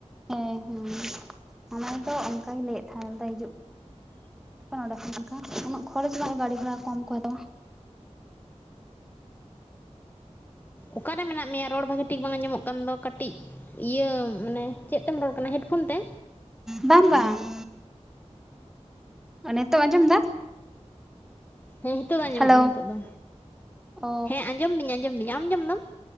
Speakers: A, in the centre; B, on the left.
A: ᱦᱮᱸ ᱦᱮᱸ ᱚᱱᱟ ᱫᱚ ᱚᱱᱠᱟᱜᱮ ᱞᱟᱹᱭᱮᱫ ᱛᱟᱦᱮᱸ ᱦᱤᱡᱩᱜ ᱱᱚᱰᱮ ᱠᱷᱚᱱ ᱚᱱᱠᱟ ᱩᱱᱟᱹᱜ ᱠᱷᱚᱨᱚᱪ ᱨᱮᱱᱟᱜ ᱵᱟᱹᱲᱛᱤ ᱜᱷᱚᱲᱟ ᱠᱚᱢ ᱠᱚ ᱦᱟᱛᱟᱣᱟ
B: ᱚᱠᱟᱨᱮ ᱢᱮᱱᱟᱜ ᱢᱮᱭᱟ ᱨᱚᱲ ᱵᱷᱟᱜᱮ ᱴᱷᱤᱠ ᱵᱟᱝ ᱟᱸᱡᱚᱢᱚᱜ ᱠᱟᱱ ᱫᱚ ᱠᱟᱹᱴᱤᱡ ᱤᱭᱟᱹ ᱢᱟᱱᱮ ᱪᱮᱫ ᱛᱮᱢ ᱨᱚᱲ ᱠᱟᱱᱟ ᱦᱮᱰᱯᱷᱳᱱ ᱛᱮ
A: ᱵᱟᱜ ᱵᱟᱜ <inaudible> ᱱᱤᱛᱚᱜ ᱟᱸᱡᱚᱢ ᱫᱟ
B: ᱦᱮᱸ ᱱᱤᱛᱚᱜ ᱫᱚ ᱟᱸᱡᱚᱢᱚᱜ
A: ᱦᱮᱞᱳ
B: ᱠᱟᱱᱟ ᱱᱤᱛᱚᱜ ᱫᱚ
A: ᱚ
B: ᱦᱮᱸ ᱟᱸᱡᱚᱢ ᱫᱤᱧ ᱟᱸᱡᱚᱢ ᱫᱤᱧ ᱟᱢ ᱟᱡᱚᱢ ᱫᱟᱢ